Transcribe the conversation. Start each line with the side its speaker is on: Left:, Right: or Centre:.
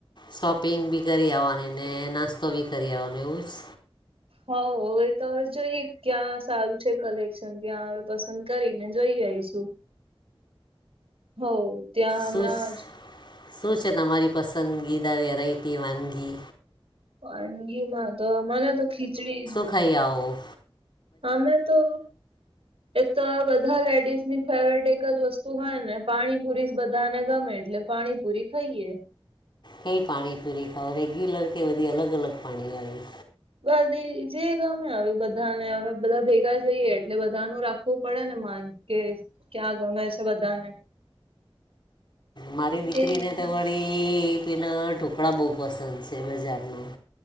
Left: શોપિંગ બી કરી આવવાની ને નાસ્તો બી કરી આવવાનું એવું છ
Right: હોવ હવે તો હવે જોઈએ ક્યાં સારું છે કલેક્શન ત્યાં હવે બસ કરીને જોઈ આઈશું હોવ ત્યાં હમણાં
Left: શું
Right: જ
Left: શું છે તમારી પસંદગીદા વેરાયટી, વાનગી?
Right: વાનગીમાં તો મને તો ખીચડી જ
Left: ખઈ આઓ.
Right: તમે તો એક તો બધા લેડીઝની ફેવરેટ એક જ વસ્તુ હોય ને પાણીપુરી જ બધાને ગમે એટલે પાણીપૂરી ખઈએ.
Left: કઈ પાણી પૂરી ખાઓ રેગ્યુલર કે બધી અલગ અલગ પાણી વાળી?
Right: બધ જે ગમે હવે બધાને હવે બધા ભેગા જઈએ એટલે બધાનું રાખવું પડે ને માન. કે ક્યાં ગમે છે બધાને?
Left: મારી દીકરીને
Right: એ રીતના
Left: તો. પેના ઢોકળા બહુ પસંદ છે બજાર ના.